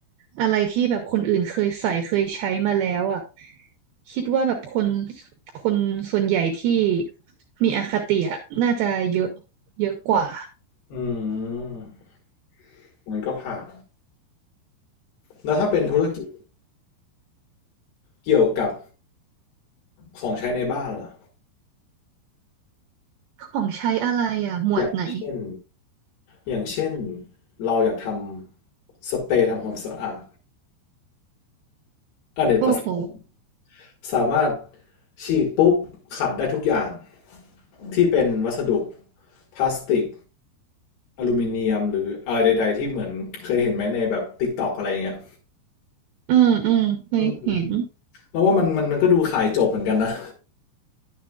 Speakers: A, on the right (about 80°); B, on the left (about 65°).
A: อะไรที่แบบคนอื่นเคยใส่เคยใช้มาแล้วอะคิดว่าแบบคนคนส่วนใหญ่ที่มีอคติอะน่าจะเยอะเยอะกว่า
B: อืมมันก็ผ่านแล้วถ้าเป็นธุรกิจเกี่ยวกับของใช้ในบ้านล่ะ
A: ของใช้อะไรอ่ะหมวดไหน
B: อย่างเช่นอย่างเช่นเราอยากทำสเปรย์ทำความสะอาดอเนกประสงค์
A: โอ้โห
B: สามารถฉีดปุ๊บขัดได้ทุกอย่างที่เป็นวัสดุพลาสติกอลูมิเนียมหรืออะไรใดๆที่เหมือนเคยเห็นไหมในแบบติ k t อกอะไรอย่างเงี้ย
A: อืมอืมเคยเห็น
B: อืมแล้วว่ามันมันมันก็ดูขายจบเหมือนกันนะ